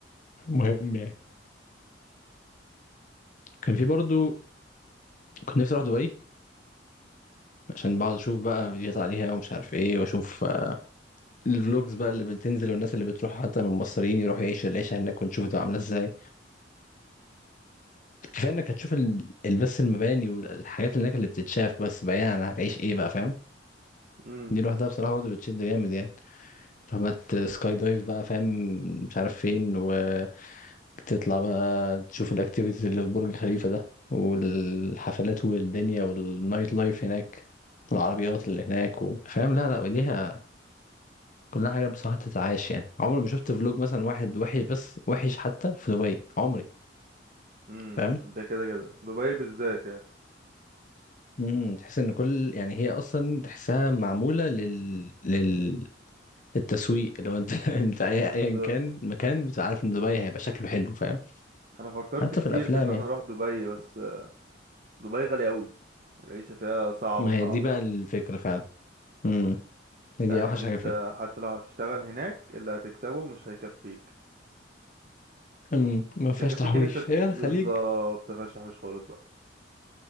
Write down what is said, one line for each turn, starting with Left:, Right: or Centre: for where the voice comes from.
Left: مهم يعني كان في برضه كنت نفسي اروح دبي عشان بقعد اشوف بقى فيديوهات عليها ومش عارف ايه واشوف آه، الفلوجز بقى اللي بتنزل والناس اللي بتروح حتى من مصريين يروحوا يعيشوا العيشه هناك ونشوف ده عامله ازاي كفايه انك هتشوف ال- ال- بس المباني والحاجات اللي هناك اللي بتتشاف بس بعيدا عن هتعيش ايه بقى فاهم
Right: امم
Left: دي لوحدها بصراحه برضه بتشد جامد يعني رحلات سكاي دايف بقى فاهم مش عارف فين وتطلع بقى تشوف الاكتيفيتيز اللي في برج خليفه ده والحفلات والدنيا والنايت لايف هناك والعربيات اللي هناك و- فاهم لا لا ليها كلها حاجه بصراحه تتعاش يعني عمري ما شفت فلوج مثلا واحد وحش بس وحش حتى في دبي عمري
Right: أمم.
Left: فاهم
Right: ده كده كده دبي بالذات يعني
Left: امم تحس ان كل يعني هي اصلا تحسها معموله لل لل التسويق لو انت <laughs> انت اي-
Right: بالظبط
Left: ايا كان مكان بتبقى عارف ان دبي هيبقى شكله حلو فاهم
Right: انا فكرت
Left: حتى
Right: كتير
Left: في الافلام
Right: في ان انا
Left: يعني
Right: اروح دبي بس دبي غالية أوي العيشة فيها صعبة
Left: ما
Right: صعبة
Left: هي دي بقى الفكره فعلا امم هي دي
Right: يعني
Left: اوحش
Right: إن أنت
Left: حاجه فيها
Right: حتى لو هتشتغل هناك اللي هتكسبه مش هيكفيك
Left: امم ما
Right: مش
Left: فيهاش
Right: هيكفيك
Left: تحويش
Right: إن أنت
Left: هي الخليج
Right: بالظبط مفيهاش تحويش خالص بقى